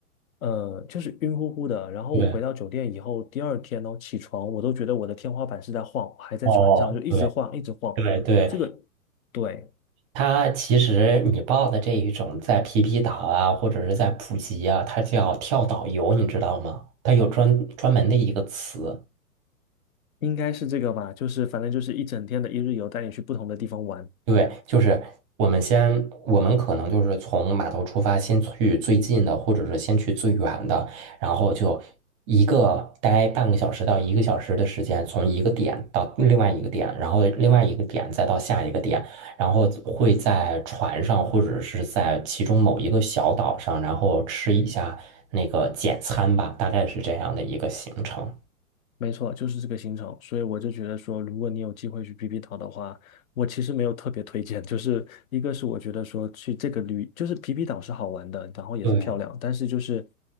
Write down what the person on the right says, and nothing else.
对，
哦，对，
对对，
它其实你报的这一种在皮皮岛啊，或者是在普吉啊，它叫跳岛游，你知道吗？它有专专门的一个词。
对，就是我们先，我们可能就是从码头出发，先去最近的，或者是先去最远的，然后就一个待半个小时到一个小时的时间，从一个点到另外一个点，然后另外一个点再到下一个点，然后会在船上或者是在其中某一个小岛上，然后吃一下那个简餐吧，大概是这样的一个行程。
对